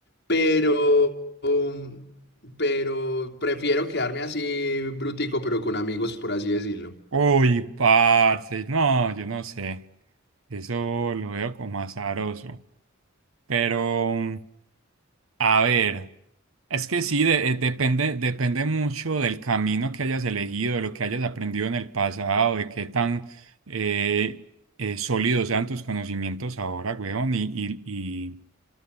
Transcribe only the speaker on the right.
Uy, parce, no, yo no sé. Eso lo veo como azaroso. Pero. mm, A ver, es que sí, de- eh, depende, depende mucho del camino que hayas elegido, de lo que hayas aprendido en el pasado, de qué tan eh, eh, sólidos sean tus conocimientos ahora, weón, y, y, y,